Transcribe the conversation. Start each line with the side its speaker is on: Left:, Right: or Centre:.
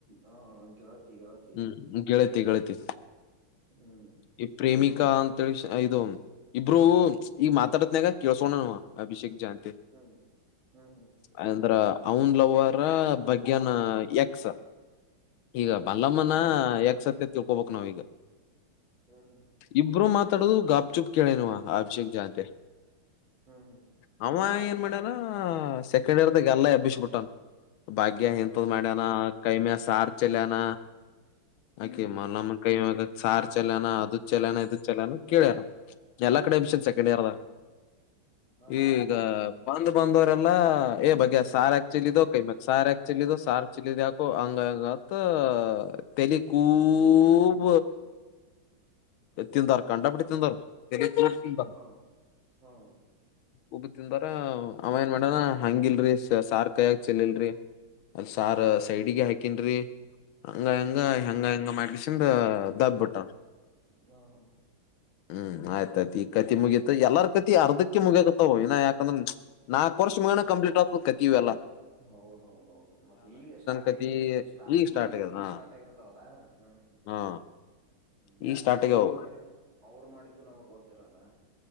Right: ಹಾ ಗೆಳತಿ ಗೆಳತಿ
Left: ಹ್ಮ್ ಗೆಳತಿ ಗೆಳತಿ <inaudible>
Right: ಹ್ಮ್
Left: ಈ ಪ್ರೇಮಿಕ ಕಾಂತ ಇದು ಇಬರುೂ ಈಗ ಮಾತಾಡತ್ನಾಗ ಕೇಳಸಕೋಣನು ಅಭಿಷೇಕ್ ಜಾಂತ
Right: ಹ್ಮ್ ಹ್ಮ್
Left: ಅಂದ್ರ ನ್ ಲವರ ಬಗ್ನ ಎಕ್ಸ್
Right: ಹ್ಮ್
Left: ಈಗ ಬಲ್ಲಮ್ಮನ
Right: ಹ್ಮ್
Left: ಯಾಕ್ಸ ಚೊಕೋ ಬಕ್ನ ಆಗ
Right: ಹ್ಮ್ ಹ್ಮ್
Left: ಇಬ್ಬರು ಮಾತ್ರ ತಡ ಗಪ್ ಚುಿ ಕೆಳನು ಅಭಿಷೇೇಕ ಜಂತೆ
Right: ಹ್ಮ್ ಹ್ಮ್ ಹ್ಮ್ ಹ್ಮ್
Left: ಹ ಮಾಡ ಸೆಕೆಂಡ್ ಇಯರ್ದಾಗ ಅಲ್ಲ ಅಬ್ಬಿಸಬುಟ್ಟನ್ ಭಾಗ್ಯ ಇಂತದ್
Right: ಹಾ ಹಾ
Left: ಮಾಡ್ಯನ
Right: ಹಾ
Left: ಕೈಮೆ ಸಾರ್ ಚಲಾನ ಆಕೆಮ್ಮ
Right: ಹ್ಮ್ ಹ್ಮ್
Left: ನಮ್ಮ ಕೈವಾಗ ಸಾರ್ ಚಲನ ಅದು ಚಲನ ಇದದು ಚಲನ ಕೇಳಾರ ಎಲ್ಲಾ ಕಡೆ
Right: ಹ್ಮ್
Left: ಎಬ್ಸನ್
Right: ಹ್ಮ್
Left: ಸೆಕೆಂಡ್ ಇಯರ್
Right: ಹಾ ಹಾ
Left: ಈಗ ಬಂದ ಬಂದರ ಎ ಬಗೆ ಸಾರ್ ಆಕ್ಚುಲಿ ಕೈ ಮ ಸಾರ್ಕ್ಚು ಲ ಸಾರ್ಕ್ಚ್ಚಿಲಿ ಆಕೋ ಅಂಗ ಅಂಗ ಅ ತಲ್ಲಿಖೂಬ
Right: ಹ್ಮ್
Left: ತಿಂತಾರ ಕಂಡಪಟ್ಟ ತಿಿಂದರು ತಿಾರ
Right: ಹಾ ಹಾ
Left: ಊಬ ತಿಿಂದಾರ ಆಮ ನ್ ಮಾಡಣ ಹಂಗಿಲ್ರಿ ಸಾರ್ ಕೈ ಹಾಕ ಚಲಲ್ರರಿ ಅಲ್ ಸಾರ್ ಸೈಡ್ಿಗೆ ಹಾಕನ್ರಿ ಹಂಗ ಹೆಂಗ
Right: ಹ್ಮ್
Left: ಹೆಂಗ ಹೆಂಗ ಮಾಡ್ಕಸಿಂದ ದಬ್ಬಿಟ್ಟ
Right: ಹಾ ಹಾ
Left: ಹ್ಮ್ ಆಯ್ತಾಯಯ್ತ ಈ ಕತಿ ಮುಗೀತ ಎಲ್ಲಾರ ಕತಿ ಅರ್ಧಕ್ಕೆ ಮುಗಿಯಕತ್ತವ ಇಾ ಯಾಕಂದ್ರ ನಾಕಕ್ ವರ್ಷ ಮುಗೋಣ ಕಂಪ್ಲೀಟ್ ಆ ಕತೀವಿಲ್ಲ
Right: ಹೌದೌದೌದು ಮತ್ತೆ ಈಗ ಸ್ಟಾರ್ಟ್
Left: ಕತಿ
Right: ಆಗಿ್ಟಾ
Left: ಸ್ಟಾರ್ಟ್
Right: ಈಗ
Left: ಆಗ್ಯದ
Right: ಈಗ
Left: ಹಾ
Right: ಸ್ಟಾರ್ಟ್ ಆಗಿರ್ತವಲ್ಲ ಹ್ಮ್ ಹ್ಮ್
Left: ಹಾ
Right: ಹ್ಮ್
Left: ಈಗ
Right: ಯಾಕಂದ್ರೆ
Left: ಸ್ಟಾರ್ಟ್ ಆಗ್ಯಾವ
Right: ಅವ್ರು ಮಾಡಿದ್ ಅವ್ರು ಮಾಡಿದ್ದು ನಮಗ್ ಗೊತ್ತಿರಲ್ಲ